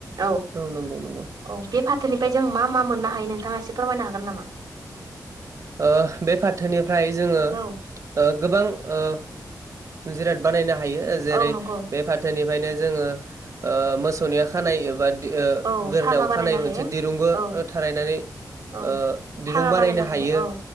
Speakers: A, on the right (about 75°); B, on the right (about 50°).
A: औ
B: नंगौ नंगौ
A: औ बे फाथोनिफ्राय जों मा मा मोननो हायो नोंथाङा एसे फोरमायनो हागोन नामा?
B: ओ बे फाथोनिफ्राय जोङो
A: औ
B: ओ गोबां ओ जिराद बानायनो हायो जेरै
A: औ नंगौ
B: बे फाथोनि खायनो जोङो ओ मोसौनिया खानाय एबा ओ
A: औ
B: गोरोनाव
A: फागा बानायनो
B: खानाय
A: हायो
B: मोनसे दिरुंबो
A: औ
B: थारायनानै
A: औ
B: ओ
A: फागा
B: दिरुं बानायनो हा
A: हायो
B: यो
A: औ